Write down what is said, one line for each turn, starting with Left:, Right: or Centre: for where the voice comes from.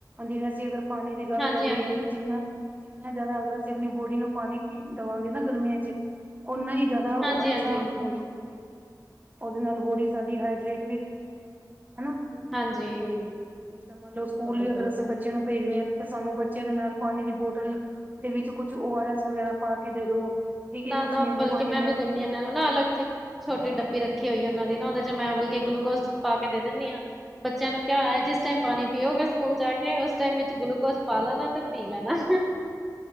Right: ਜਿਵੇਂ ਅਸੀਂ ਅਗਰ ਪਾਣੀ ਦੀ ਗੱਲ
Centre: ਹਾਂਜੀ-ਹਾਂਜੀ,
Right: ਕਰੀਏ ਜਿੰਨਾ ਜਿੰਨਾ ਜ਼ਿਆਦਾ ਅਗਰ ਅਸੀਂ ਆਪਣੀ ਬੋਡੀ ਨੂੰ ਪਾਣੀ ਪੀ ਦੇਵਾਂਗੇ ਨਾ ਗਰਮੀਆਂ ਚ ਓਨਾ ਹੀ ਜ਼ਿਆਦਾ ਉਹ
Centre: ਹਾਂਜੀ-ਹਾਂਜੀ
Right: ਅੱਛਾ ਹੁੰਦਾ ਬੋਡੀ ਵਾਸਤੇ, ਉਹਦੇ ਨਾਲ ਬੋਡੀ ਸਾਡੀ ਹਡ੍ਰਟ ਵੀ ਰਹਿੰਦੀ ਹੈ। ਹਨਾ,
Centre: ਹਾਂਜੀ।
Right: ਤੇ ਜੇ ਮੰਨ ਲਵੋ
Centre: ਬਿਲਕੁਲ-ਬਿਲਕੁਲ,
Right: ਸਕੂਲ ਵੀ ਅਗਰ ਅਸੀਂ ਬ ਬੱਚਿਆਂ ਨੂੰ ਭੇਜਨੇ ਆਂ ਤੇ ਸਾਨੂੰ ਬੱਚਿਆਂ ਦੇ ਨਾਲ ਪਾਣੀ ਦੀ ਬੋਤਲ ਦੇ ਵਿੱਚ ਕੁਛ ਓ ਆਰ ਐਸ ਵਗੈਰਾ ਪਾ ਕੇ ਦੇ ਦੋ, ਠੀਕ
Centre: ਨਾ-ਨਾ
Right: ਕੁਛ ਨਿੰਬੂ
Centre: ਬਲਕਿ
Right: ਪਾਣੀ
Centre: ਮੈਂ
Right: ਬਣਾ
Centre: ਵੀ ਦਿੰਦੀ
Right: ਕੇ ਵਿੱਚ
Centre: ਹਾਂ ਇਹਨਾਂ
Right: ਪਾ
Centre: ਨੂੰ ਨਾ
Right: ਦੋ।
Centre: ਅਲੱਗ ਜੀ ਛੋਟੀ ਡੱਬੀ ਰੱਖੀ ਹੋਈ ਆ ਉਹਨਾਂ ਦੀ ਨਾ ਉਹਦੇ ਮੈਂ ਬਲ ਕੇ ਗਲੂਕੋਜ ਪਾ ਕੇ ਦੇ ਦਿੰਦੀ ਹਾਂ, ਬੱਚਿਆਂ ਨੂੰ ਕਿਹਾ ਹੈ ਜਿਸ ਟਾਈਮ ਪਾਣੀ ਪੀਓਗੇ ਸਕੂਲ ਜਾ ਕੇ ਉਸ ਟਾਈਮ ਵਿੱਚ ਗਲੂਕੋਜ
Right: ਨਹੀਂ
Centre: ਪਾ ਲੈਣਾ ਤੇ ਪੀ ਲੈਣਾ।